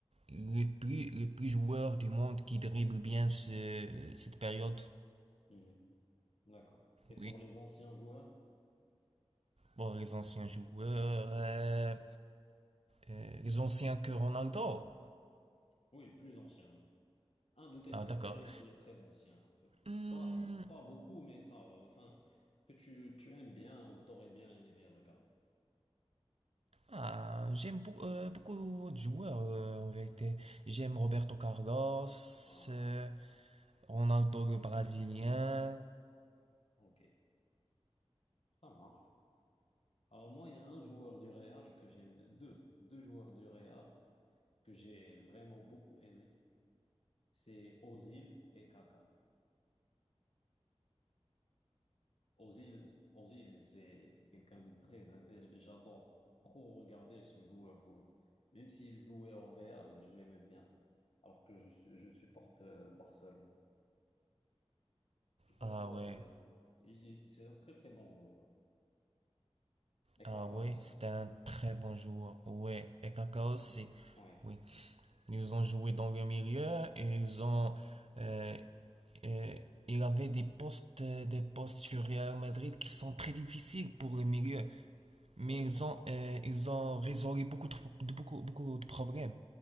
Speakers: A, on the right; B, on the left.
A: le plus, le plus joueur du monde qui dribble bien ce, cette période.
B: Hmm. D'accord. Et
A: Oui,
B: pour les anciens joueurs?
A: Bon, les anciens joueurs, euh, euh, les anciens que Ronaldo.
B: Oui, plus anciens. Un de tes
A: Ah,
B: préférés
A: d'accord.
B: qui est très ancien, un peu.
A: Hmm,
B: Pas, pas beaucoup, mais ça, va. enfin, que tu, tu aimes bien ou t'aurais bien aimé regarder.
A: Ah, j'aime beaucoup, euh, beaucoup de joueurs euh, en vérité. J'aime Roberto Carlos,
B: Ah,
A: euh, Ronaldo le Brésilien.
B: ok, ça marche. Alors moi, il y a un joueur du Real que j'aime, deux, deux joueurs du Real que j'ai vraiment beaucoup aimé. C'est Ozil et Kaka. Ozil, Ozil, c'est quelqu'un de très intelligent. J'adore trop regarder ce joueur jouer. Même s'il jouait au Real, je l'aimais bien. Alors que je, je supporte euh, Barcelone. Tu penses
A: Ah
B: quoi
A: ouais,
B: de... il- il- C'est un très très bon joueur. hein. Et
A: ah
B: Kaka
A: ouais,
B: aussi.
A: c'était un très bon joueur. Ouais, et Kaká aussi.
B: Oui,
A: Oui, ils ont joué dans le milieu et ils ont. euh, euh, il avait
B: ils
A: des
B: ont...
A: postes, des postes sur Real Madrid qui sont très difficiles pour le milieu, mais
B: Oui,
A: ils ont, euh, ils ont résolu beaucoup de, beaucoup, beaucoup de problèmes.